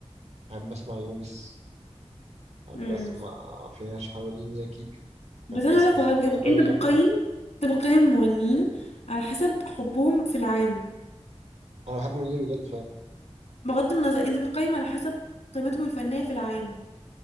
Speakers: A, on the right (about 75°); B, on the left (about 80°).
A: أحب أسمع يونس أحب
B: امم
A: أسمع فيناش حواليني يا كيكة
B: بس
A: أحب
B: انا
A: أسمع
B: هقولك والله بجد
A: شجر
B: انت
A: الليمون
B: بتقيم انت بتقيم المغنيين على حسب حبهم في العام
A: أنا بحب منير بجد فعلا
B: بغض النظر انت بتقيم على حسب قيمتهم الفنية في العام